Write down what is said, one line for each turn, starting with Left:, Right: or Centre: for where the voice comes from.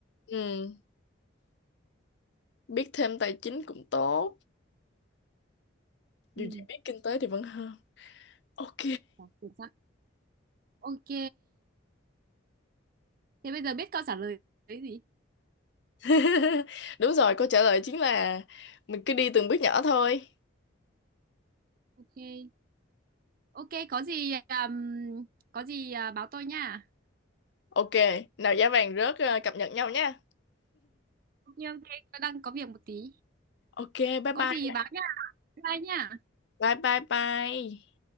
Left: ừ. biết thêm tài chính cũng tốt dù
Right: ừ,
Left: gì biết kinh tế thì vẫn hơn ok
Right: ờ, chính xác ok thế bây giờ biết câu trả lời đấy gì
Left: <laughs> đúng rồi câu trả lời chính là mình cứ đi từng bước nhỏ thôi
Right: Ok, ok có gì um, có gì à, báo tôi nha.
Left: ok nào giá vàng rớt ờ, cập nhật nhau nha
Right: Nhiêu đang có việc một tí.
Left: ok bye
Right: Có
Left: bye
Right: gì báo nha. Bye nha.
Left: bye bye bye